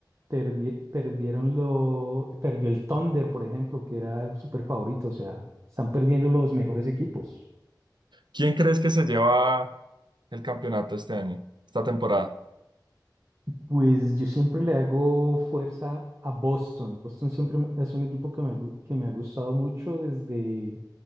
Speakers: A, on the right; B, on the right.
A: perdie- perdieron lo, perdió el Thunder, por ejemplo, que era súper favorito, o sea, están perdiendo los mejores equipos.
B: ¿Quién crees que se lleva el campeonato este año, esta temporada?
A: Pues yo siempre le hago fuerza a Boston. Boston siempre me- es un equipo que me, gu- que me ha gustado mucho desde,